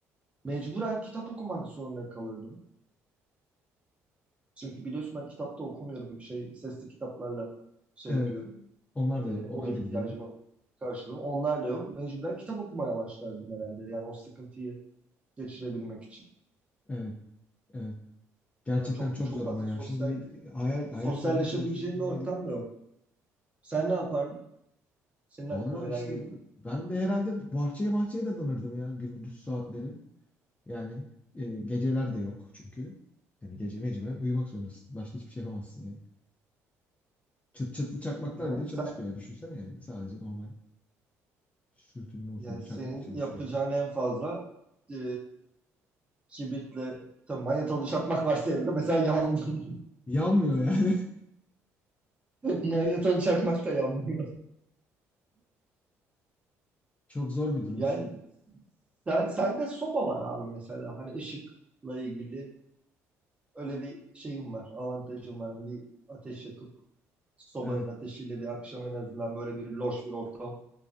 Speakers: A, on the right; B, on the left.
A: mecburen kitap okumak zorunda kalırdım. Çünkü biliyorsun ben kitapta okumuyorum. Şey, sesli kitaplarla şey
B: Evet.
A: yapıyorum.
B: Onlar
A: E,
B: da yok.
A: o
B: Onlar
A: ihtiyacımı
B: da gidiyor.
A: karşılıyor. Onlar da yok. Mecburen kitap okumaya başlardım herhalde. Yani o sıkıntıyı geçirebilmek için.
B: Evet. Evet. Gerçekten
A: Yani çok
B: çok
A: çok
B: zor
A: fazla
B: ama ya.
A: sosyal
B: Şimdi bir hayal hayal
A: sosyalleşebileceğim
B: kurmaya çalışıyoruz bununla
A: bir ortam
B: ilgili.
A: da yok. Sen ne yapardın? Senin aklına
B: vallahi
A: neler
B: işte
A: geliyor?
B: ben de herhalde bahçeye bahçeye dadanırdım ya gündüz saatleri. Yani e, geceler de yok çünkü. Yani gece mecburen uyumak zorundasın. Başka hiçbir şey yapamazsın yani. Çıt çıtlı çakmaklar
A: Yani
B: bile çalışmıyor
A: sen
B: ya. Düşünsene yani. Sadece normal. Sürtünme usulü
A: yani senin
B: çakmak çalışıyor
A: yapacağın
B: yani.
A: en fazla e, kibritle tabii manyetalı çakmak varsa evde mesela yandım.
B: Yanmıyor yani.
A: <laughs> Manyetalı çakmak da yanmıyor.
B: <laughs> Çok zor bir durum
A: Yani
B: şimdi.
A: sen, sende soba var abi mesela. Hani ışıkla ilgili Öyle bir şeyim var, avantajım var. Hani bir ateş yakıp sobanın
B: Evet.
A: ateşiyle bir akşam en azından böyle bir loş bir ortam